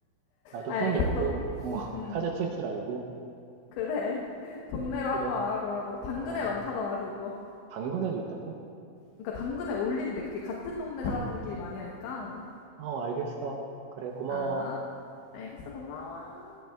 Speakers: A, on the right; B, on the left.
A: 나도
B: 알겠어.
A: 손 있고 어, <laughs>
B: 응,
A: 타자 칠 줄 알고
B: 그래. <laughs> 동네로
A: 그래.
B: 한번 알아보라고. 당근에
A: 어,
B: 많다더라 그거.
A: 당근에도 있다고?
B: 그러니까 당근에 올린대. 그게 같은 동네
A: 아,
B: 사람들끼리 많이 하니까.
A: 어, 알겠어. 그래 고마워.
B: 아, 알겠어. 고마워.